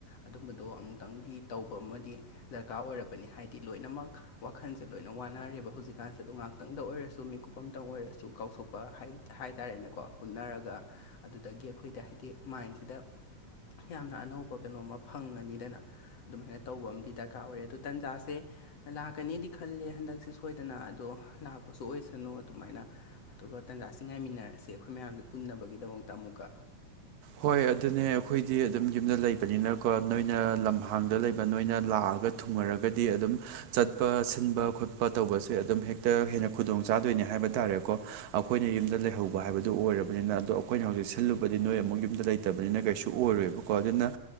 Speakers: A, on the left; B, on the right.
A: ꯑꯗꯨꯝꯕ ꯗꯣ ꯑꯃꯨꯛꯇꯪꯗꯤ ꯇꯧꯕ ꯑꯃꯗꯤ ꯗꯔꯀꯥꯔ ꯑꯣꯏꯔꯕꯅꯤ ꯍꯥꯏꯗꯤ ꯂꯣꯏꯅꯃꯛ ꯋꯥꯈꯟꯁꯦ ꯂꯣꯏꯅ ꯋꯥꯅꯔꯦꯕ ꯍꯧꯖꯤꯛꯀꯥꯟꯁꯦ ꯑꯗꯨ ꯉꯥꯛ ꯇꯪꯗ ꯑꯣꯏꯔꯁꯨ ꯃꯤꯀꯨꯞ ꯑꯝꯇꯪ ꯑꯣꯏꯔꯁꯨ ꯀꯥꯎꯊꯣꯛꯄ ꯍꯥꯏ ꯍꯥꯏꯇꯥꯔꯦꯅꯦꯀꯣ ꯄꯨꯟꯅꯔꯒ ꯑꯗꯨꯗꯒꯤ ꯑꯩꯈꯣꯏꯗ ꯍꯥꯏꯗꯤ ꯃꯥꯏꯟꯁꯤꯗ ꯌꯥꯝꯅ ꯑꯅꯧꯕ ꯀꯩꯅꯣꯝꯃꯥ ꯐ ꯐꯪꯉꯅꯤꯗꯅ ꯑꯗꯨꯃꯥꯏꯅ ꯇꯧꯕ ꯑꯝꯗꯤ ꯗꯔꯀꯥꯔ ꯑꯣꯏꯔꯦ ꯑꯗꯨ ꯇꯟꯖꯥꯁꯦ ꯂꯥꯛꯀꯅꯤꯗꯤ ꯈꯜꯂꯦ ꯍꯟꯗꯛꯁꯦ ꯁꯣꯏꯗꯅ ꯑꯗꯣ ꯂꯥꯛꯄꯁꯨ ꯑꯣꯏꯁꯅꯣ ꯑꯗꯨꯃꯥꯏꯅ ꯑꯗꯨꯒ ꯇꯟꯖꯥꯁꯤ ꯉꯥꯏꯃꯤꯟꯅꯔꯁꯦ ꯑꯩꯈꯣꯏ ꯃꯌꯥꯝꯒꯤ ꯄꯨꯟꯅꯕꯒꯤꯗꯃꯛꯇ ꯑꯃꯨꯛꯀ
B: ꯍꯣꯏ ꯑꯗꯨꯅꯦ ꯑꯈꯣꯏꯗꯤ ꯑꯗꯨꯝ ꯌꯨꯝꯗ ꯂꯩꯕꯅꯤꯅꯀꯣ ꯅꯣꯏꯅ ꯂꯝꯍꯥꯡꯗ ꯂꯩꯕ ꯅꯣꯏꯅ ꯂꯥꯛꯑꯒ ꯊꯨꯡꯉꯔꯒꯗꯤ ꯑꯗꯨꯝ ꯆꯠꯄ ꯁꯤꯟꯕ ꯈꯣꯠꯄ ꯇꯧꯕꯁꯦ ꯑꯗꯨꯝ ꯍꯦꯛꯇ ꯍꯦꯟꯅ ꯈꯨꯗꯣꯡ ꯆꯥꯗꯣꯏꯅꯦ ꯍꯥꯏꯕ ꯇꯥꯔꯦꯀꯣ ꯑꯈꯣꯏꯅ ꯌꯨꯝꯗ ꯂꯩꯍꯧꯕ ꯍꯥꯏꯕꯗꯨ ꯑꯣꯏꯔꯕꯅꯤꯅ ꯑꯗꯣ ꯈꯣꯏꯅ ꯍꯧꯖꯤꯛ ꯁꯤꯜꯂꯨꯕꯗꯤ ꯅꯣꯏ ꯑꯃꯨꯛ ꯌꯨꯝꯗ ꯂꯩꯇꯕꯅꯤꯅ ꯀꯩꯁꯨ ꯑꯣꯏꯔꯣꯏꯕꯀꯣ ꯑꯗꯨꯅ